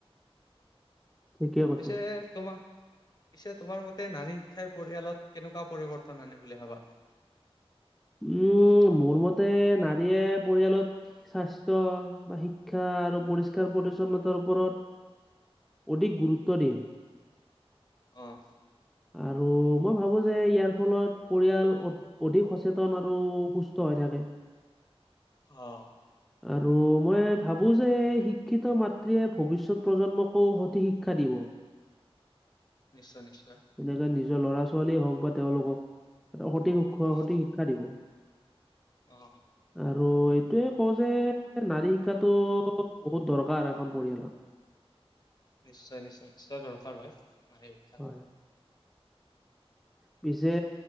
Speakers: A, in the centre; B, on the left.
A: ঠিকে কৈছে।
B: পিছে তোমা পিছে তোমাৰ মতে নাৰী শিক্ষাই পৰিয়ালত কেনেকুৱা পৰিৱৰ্তন আনে বুলি ভাবা?
A: ই'য়ে মোৰ মতে নাৰীয়ে পৰিয়ালত স্বাস্থ্য বা শিক্ষা আৰু পৰিষ্কাৰ-পৰিচ্ছন্নতাৰ ওপৰত অধিক গুৰুত্ব দিয়ে।
B: অঁ।
A: আৰু মই ভাবো যে ইয়াৰ ফলত পৰিয়াল অধিক সচে- চেতন আৰু সুস্থ হৈ থাকে।
B: অ'।
A: <inaudible> আৰু মই ভাবোঁ যে শিক্ষিত মাতৃয়ে ভৱিষ্যত প্ৰজন্মকো সঠিক শিক্ষা দিব।
B: নিশ্চয় নিশ্চয়।
A: তেনেকে নিজৰ ল'ৰা ছোৱালীয়ে হওক বা তেওঁলোকক সঠিক সু
B: অ',
A: সঠিক শিক্ষা দিব।
B: অ-
A: আৰু এইটোয়ে কওঁ যে নাৰী শিক্ষাটো বহুত দৰকাৰ এখন পৰিয়ালত।
B: নিশ্চয় নিশ্চয় নিশ্চয় দৰকাৰ হয় নাৰীৰ
A: হয় পিছে